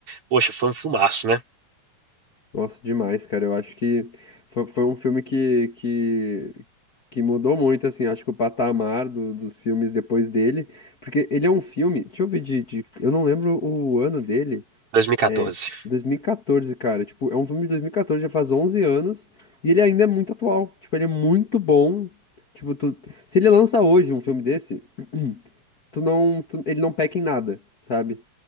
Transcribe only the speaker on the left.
Nossa, demais, cara. Eu acho que foi, foi um filme que, que, que mudou muito, assim. Acho que o patamar do- dos filmes depois dele. Porque ele é um filme. Deixa eu ver de. de- eu não lembro o ano dele.
É, 2014, cara. Tipo, é um filme de 2014, já faz 11 anos. E ele ainda é muito atual. Tipo, ele é muito bom. Tipo, tu... se ele lança hoje um filme desse, <clears throat> tu não, tu- ele não peca em nada, sabe?